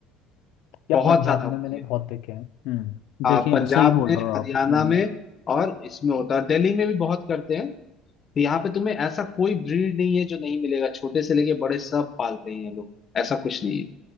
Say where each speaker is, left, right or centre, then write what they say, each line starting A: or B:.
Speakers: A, on the left; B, on the left.
A: या
B: बहुत
A: पंजाब
B: ज्यादा
A: में
B: होती
A: मैंने
B: है
A: बहुत देखे हैं हम्म
B: हाँ
A: देखें
B: पंजाब
A: सही बोल
B: में
A: रहे हो
B: हरियाणा
A: आप हम्म,
B: में और इसमें होता है दिल्ली में भी बहुत करते हैं तो यहाँ पे तुम्हें ऐसा कोई ब्रीड नहीं है जो नहीं मिलेगा छोटे से लेके बड़े सब पालते हैं ये लोग ऐसा कुछ नहीं है